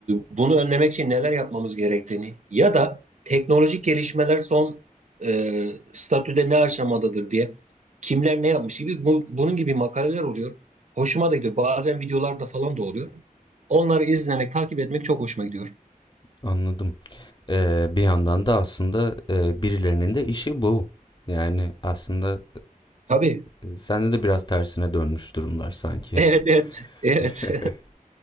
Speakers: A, on the right; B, on the left.
A: bunu önlemek için neler yapmamız gerektiğini ya da teknolojik gelişmeler son e, statüde ne aşamadadır diye kimler ne yapmış gibi bu- bunun gibi makaleler oluyor. Hoşuma da gidiyor. Bazen videolarda falan da oluyor. Onları izlemek, takip etmek çok hoşuma gidiyor.
B: anladım. Ee, bir yandan da aslında e, birilerinin de işi bu. Yani aslında
A: Tabii. <laughs>
B: e, sende de biraz tersine dönmüş durumlar sanki.
A: Evet, evet, evet.
B: <laughs>